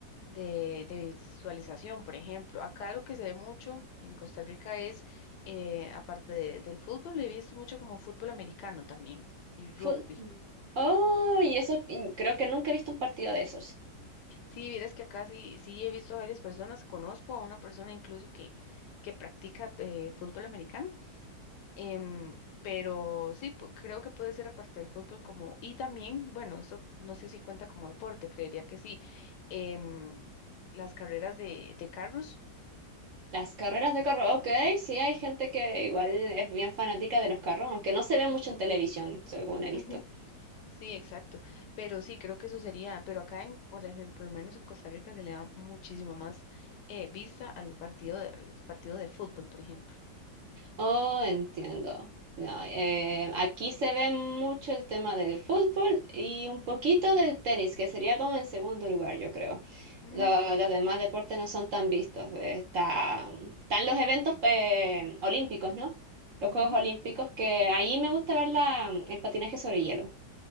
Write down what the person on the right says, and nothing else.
fut- Oh, y eso mm, creo que nunca he visto un partido de esos.
Las carreras de carro, ok, sí hay gente que igual es bien fanática de los carros, aunque no se ve mucho
en televisión, según he
visto.
Oh, entiendo. No, eh, aquí se ve mucho el tema del fútbol y un poquito del tenis, que sería como en segundo lugar, yo creo.
Lo- los demás deportes no son tan vistos. Eh, Está, están los eventos eh, olímpicos, ¿no? Los
Juegos Olímpicos, que ahí me gusta ver la, el patinaje sobre hielo.